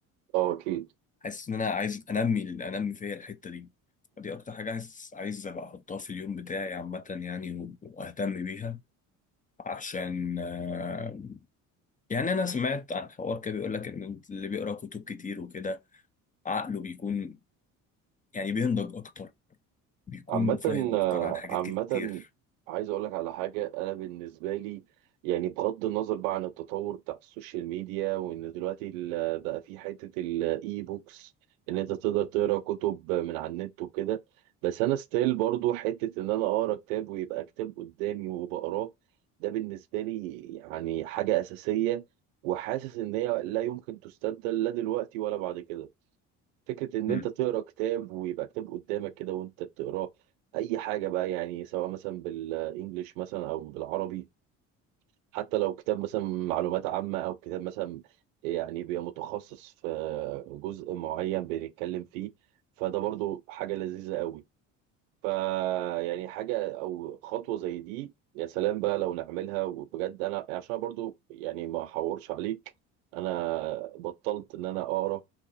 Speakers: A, on the right (about 85°); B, on the left (about 20°).
A: أه أكيد
B: حاسس إن أنا عايز أنمي أنمي فيا الحتة دي دي أكتر حاجة عايز عايز أبقى أحطها في اليوم بتاعي عامة يعني و- وأهتم بيها عشان آه، يعني أنا سمعت عن حوار كده بيقول لك إن اللي بيقرأ كتب كتير وكده عقله بيكون يعني بينضج اكتر بيكون
A: عامة
B: فاهم اكتر عن حاجات
A: عامة
B: كتير
A: عايز أقول لك على حاجة أنا بالنسبة لي يعني بغض النظر بقى عن التطور بتاع السوشيال ميديا وإن دلوقتي ال- بقى في حتة الإي بوكس إن أنت تقدر تقرأ كتب من على النت وكده بس أنا ستيل برضو حتة إن أنا أقرأ كتاب ويبقى كتاب قدامي وبقراه ده بالنسبة لي يعني حاجة أساسية وحاسس إن هي لا يمكن تستبدل لا دلوقتي ولا بعد كده فكرة إن
B: مم.
A: أنت تقرأ كتاب ويبقى كتاب قدامك كده وأنت بتقراه أي حاجة بقى يعني سواء مثلا بالإنجليش مثلا أو بالعربي حتى لو كتاب مثلا معلومات عامة أو كتاب مثلا يعني بيبقى متخصص في جزء معين بنتكلم فيه فده برضو حاجة لذيذة قوي فيعني حاجة أو خطوة زي دي يا سلام بقى لو نعملها وبجد أنا عشان برضو يعني ما أحورش عليك أنا بطلت إن أنا أقرأ